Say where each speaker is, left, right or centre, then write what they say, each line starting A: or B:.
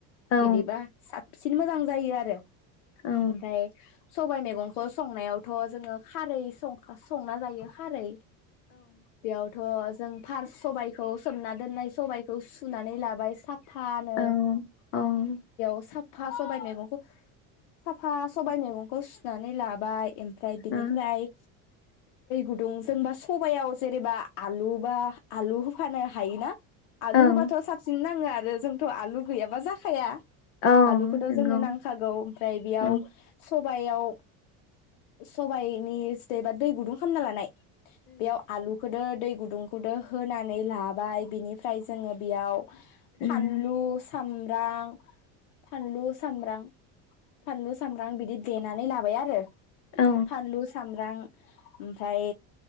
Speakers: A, on the left; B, on the left.
A: औ
B: बिदिबा। साबसिन मोजां जायो आरो।
A: औ
B: ओमफ्राय सबाइ मेगंखौ संनायाव। थ' जोङो खारै संखा- संना जायो खारै। बेयावथ' जों। फार्स सबायाइखौ सोमना दोननाय सबायखौ सुनानै लाबाय साफ फानो।
A: औ औ
B: साफा सबाय मैखौ साफा सबाय मैगंखौ सुनानै लाबाय एम फ्राय बिनिफ्राय।
A: ओ
B: गुदुं जोंबा सबयाव जेनेबा आलु बा आलु होफानो हायोना। आलु
A: ओं
B: बाथ' साबसिनना। जोङो आरो जोंथ' आलु गैयाबा जाखाया।
A: औ
B: आलुखौथ'
A: नंगौ
B: जोंनो नांखागौ ओमफ्राय बेयाव
A: ओं उम
B: सबयाव। सबाइनि स्टेबा दै गुदुं खालामना लानाय। बेयाव आलुखौदो। दै गुदुंखौदो होनानै लाबाय बिनिफ्राय जोङो बेयाव।
A: उम
B: फानलु साम <unintelligible> फानलु सामब्रां फानलु सामब्रां बिदि। देनानै लाबाय आरो।
A: उम औ
B: फानलु सामब्रां। ओमफ्राय